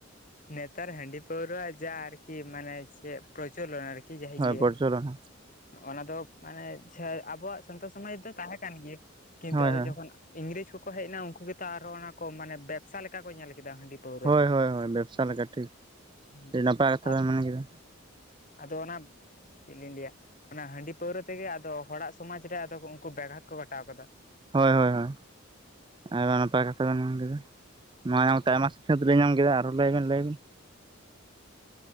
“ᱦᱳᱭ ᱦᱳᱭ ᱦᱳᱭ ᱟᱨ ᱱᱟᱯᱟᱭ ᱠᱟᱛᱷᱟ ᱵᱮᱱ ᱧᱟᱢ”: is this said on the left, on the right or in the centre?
Right